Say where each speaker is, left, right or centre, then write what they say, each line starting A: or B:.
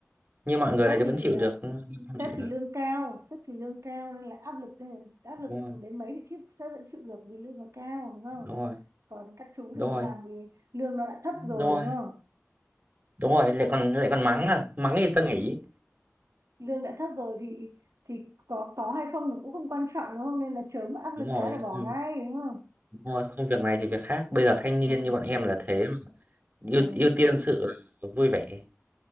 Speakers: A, on the right; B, on the right.
A: như mọi
B: Sếp
A: người thì
B: thì
A: vẫn chịu
B: ờ,
A: được nhưng em không
B: sếp
A: chịu
B: thì
A: được
B: lương cao, sếp thì lương cao nên là áp lực nên là áp lực
A: đúng rồi,
B: đến mấy thì chip sếp vẫn chịu được vì lương nó cao đúng không?
A: đúng rồi.
B: Còn các chú
A: đúng
B: thì
A: rồi
B: làm vì lương nó đã thấp
A: đúng
B: rồi
A: rồi
B: đúng không?
A: đúng rồi lại còn lại còn mắng à mắng thì ta nghỉ
B: lương đã thấp rồi thì thì có có hay không thì cũng không quan trọng đúng không nên là chớm áp
A: đúng
B: lực
A: rồi
B: cái là bỏ
A: không,
B: ngay đúng không
A: đúng rồi không việc này thì việc khác bây giờ thanh niên
B: ừ,
A: như bọn em là thế mà. ưu
B: ừ.
A: ưu tiên sự vui vẻ